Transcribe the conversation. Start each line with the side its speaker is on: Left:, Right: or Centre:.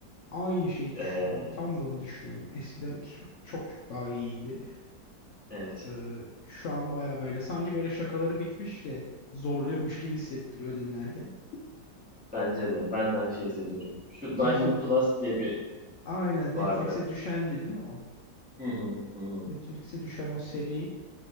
Left: Aynı şeyi
Centre: ee,
Left: düşünüyorum. Tam da onu düşünüyordum. Eskiden ç- çok çok daha iyiydi.
Centre: evet
Left: Ee, şu an baya böyle sanki böyle şakaları bitmiş de zorluyormuş gibi hissettiriyor dinlerken.
Centre: bence de. Ben de aynı şeyi hissediyorum. Şu Diamond
Left: En son
Centre: Plus diye bir
Left: aynen
Centre: vardı.
Left: Netflix'e düşendi değil mi o?
Centre: Hı hı hı. hı.
Left: Netflix'e düşen o seri